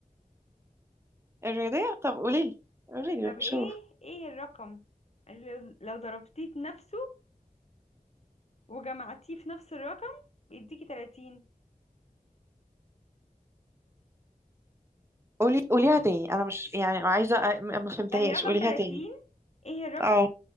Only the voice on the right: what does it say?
الرياضيه طب قولي لي قولي لي
شوف
قولي قوليها تاني انا مش <laughs> يعني عايزه أ- م- ما فهمتهاش
قوليها
تاني
اه